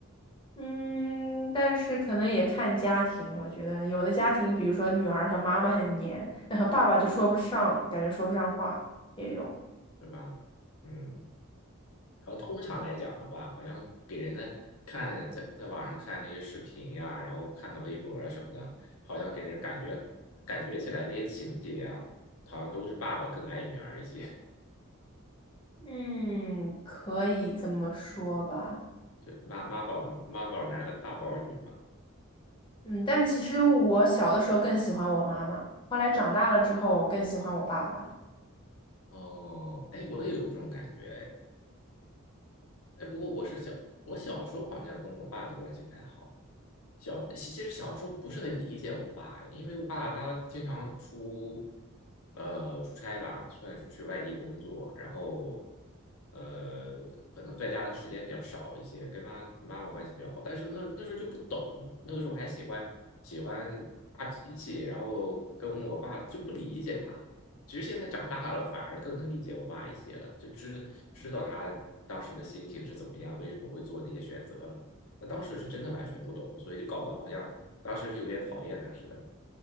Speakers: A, on the left; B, on the left.
A: 嗯，但是可能也看家庭，我觉得有的家庭，比如说女儿和妈妈很黏，那和爸爸就说不上，感觉说不上话，也有。
B: 对吧？嗯，然后通常来讲的话，好像给人的看在在网上看那些视频呀、然后看看微博啊什么的，好像给人感觉感觉起来那些情节啊，好像都是爸爸更爱女儿一些，
A: 嗯，可以这么说吧。
B: 就妈妈宝妈宝男和爸宝女嘛。
A: 嗯，但其实我小的时候更喜欢我妈妈，后来长大了之后，我更喜欢我爸爸。
B: 哦，哎，我也有这种感觉，哎，哎，不过我是小我小时候好像跟我爸的关系不太好。小，其其实小时候不是很理解我爸，因为我爸他经常出，呃，出差吧，算是去外地工作，然后，呃，可能在家的时间比较少一些，跟妈妈妈关系比较好，但是那那时候就不懂，那个时候还喜欢喜欢发脾气，然后跟我爸就不理解他。其实现在长大了，反而更能理解我爸一些了，就知知道他当时的心情是怎么样，为什么会做那些选择了。那当时是真的完全不懂，所以就搞得好像当时是有点讨厌他似的，